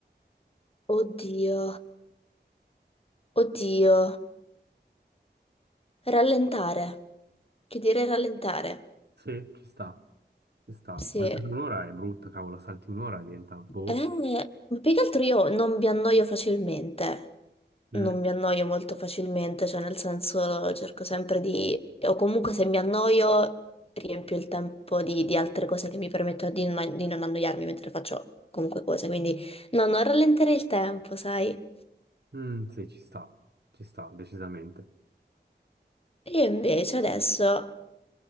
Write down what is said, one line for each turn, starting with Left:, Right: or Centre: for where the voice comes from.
Left: Oddio, oddio. Rallentare. Che dire rallentare?
Right: Sì, ci sta, ci sta.
Left: Sì.
Right: Saltare un'ora è brutto, cavolo, salti un'ora e diventa boh.
Left: Eh, ma più che altro io non mi annoio facilmente,
Right: Mm.
Left: non mi annoio molto facilmente, cioè nel senso cerco sempre di, o comunque se mi annoio riempio il tempo di, di altre cose che mi permettono di, non- di non annoiarmi mentre faccio comunque cose, quindi no, non rallenterei il tempo, sai?
Right: Mm, sì, ci sta, ci sta, decisamente.
Left: Io invece adesso